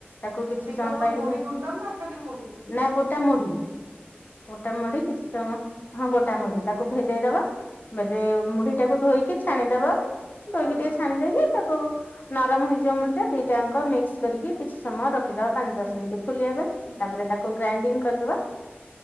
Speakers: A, on the left; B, on the right.
A: ତାକୁ କିଛି
B: ଦି କପ
A: ସମୟ ପାଇଁ
B: ମୁଢି
A: ଭି
B: ଗୁଣ୍ଡ ନା ଖାଲି ମୁଢି
A: ନା ଗୋଟା ମୁଢି ଗୋଟା ମୁଢି କିଛି ସମୟ ହଁ ଗୋଟା ମୁଢି ତାକୁ ଭେଦେଇ ଦବା। ଭେଦେ
B: ହଁ
A: ମୁଢି
B: ହଁ
A: ଟାକୁ ଧୋଇକି ଛାଣିଦବା। ଧୋଇକି
B: ହଁ
A: ଟିକେ
B: ହଁ
A: ଛାଣି ଦେଇକି ତାକୁ ନରମ ହେଇଯିବ ମୁଢିଟା ଦିଟାଙ୍କ ମିକ୍ସ କରିକି କିଛି ସମୟ ରଖିଦବା ପାଞ୍ଚ ଦଶ ମିନିଟ୍। ଫୁଲିବା ପାଇଁ
B: ହୁଁ
A: ତାପରେ ତାକୁ ଗ୍ରାଇଣ୍ଡିଙ୍ଗ କରିଦବା।